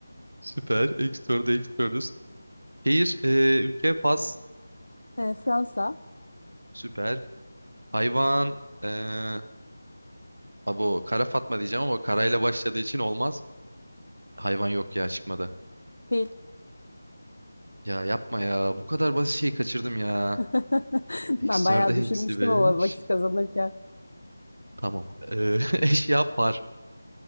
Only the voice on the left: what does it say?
E, Fransa.
Fil.
<laughs>
Ben bayağı
düşünmüştüm
ama vakit kazanırken.